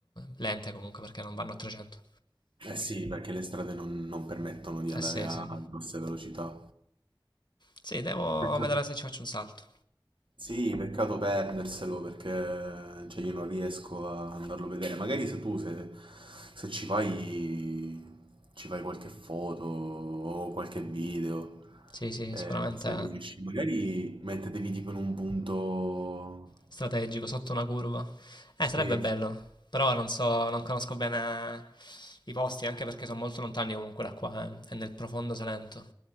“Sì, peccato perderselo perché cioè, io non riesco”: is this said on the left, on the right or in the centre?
Right